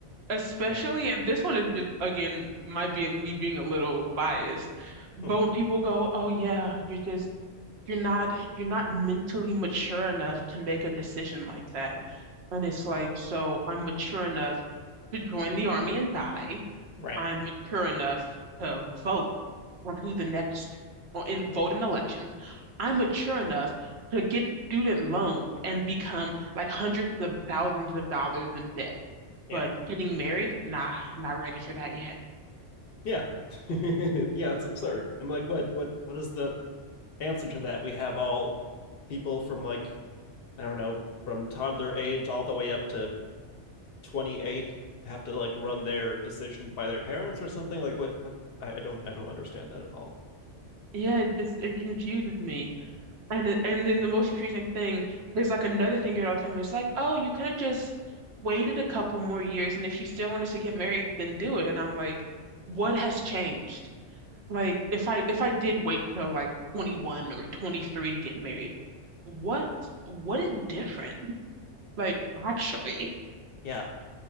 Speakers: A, on the right (about 65°); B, on the left (about 60°).
A: especially,
B: Yeah.
A: and this one is just again might be me being a little biased, but
B: Mhm.
A: when people go, "Oh yeah, you're just you're not you're not mentally mature enough to make a decision like that," and it's like, so I'm mature enough to join the army and die.
B: Right.
A: I'm mature enough to vote on who the next or in vote in elections. I'm mature enough to get student loans and become like hundreds of thousands of dollars in debt. But
B: Yeah.
A: getting married, nah, not ready for that yet.
B: Yeah. <laughs> yeah, it's absurd. And like what what what is the answer to that? We have all people from like, I don't know, from toddler age all the way up to 28 have to like run their decisions by their parents or something. Like what what I, I don't I don't understand that at all.
A: Yeah, it just it confuses me. And it, and then the most confusing thing, there's like another thing you hear all the time. It's like, oh, you could have just waited a couple more years, and if you still wanted to get married, then do it. And I'm like, what has changed? Like, if I if I did wait till like 21 or 23 to get married, what what is different? Like, actually.
B: Yeah.